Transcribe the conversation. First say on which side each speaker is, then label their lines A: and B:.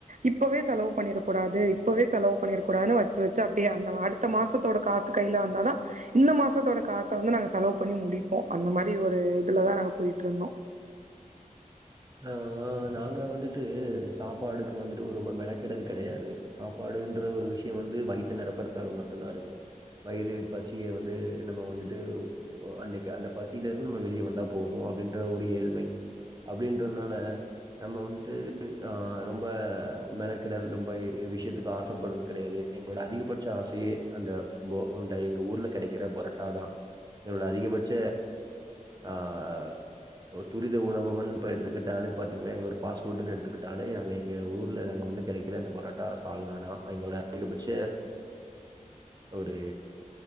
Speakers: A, on the right (about 65°); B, on the right (about 30°).
A: இப்பவே செலவு பண்ணிடக்கூடாது இப்பவே செலவு பண்ணிருக்கூடாதுன்னு வச்சு வச்சு அப்டியே அந்த அடுத்த மாசத்தோட காசு கையில வந்தாதா இந்த மாசத்தோட காசை வந்து நாங்க செலவு பண்ணி முடிப்போ அந்த மாரி ஒரு இதுலதா நாங்க போயிட்ருந்தோ
B: ஆஹ் நாங்க வந்துட்டு சாப்பாடுக்கு வந்துட்டு ரொம்ப மெனக்கெடல் கிடையாது சாப்பாடுன்ற ஒரு விஷயம் வந்து வயிறத்தறு நெரப்பதுக்காக மட்டுந்தா இருக்கு வயிறு பசிய வந்து நம்ம வந்துட்டு அன்னைக்கு அந்த பசியில இருந்து நம்ம வெளியே வந்தா போது அப்டின்ற ஒரு ஏழ்மை அப்படின்றதுனால நம்ம வந்துட்டு ஆஹ ரொம்ப மெனகிடல் ரொம்ப விஷயத்துக்கு ஆசைப்படுறது கெடையாது எங்களோட அதிகபட்ச ஆசையே அந்த அ உண்ட எங்கள் ஊர்ல கெடைக்கிற பொரட்டா தா எங்களோட அதிகபட்ச ஆஹ் ஒ துரித உணவுன் இப்ப எடுத்துக்கிட்டால எத்துக்கிட்ட எ ஊர்ல வ கெடைக்கிற அ பரோட்டா சால்ன தா எங்களோட அதிகபட்ச ஒரு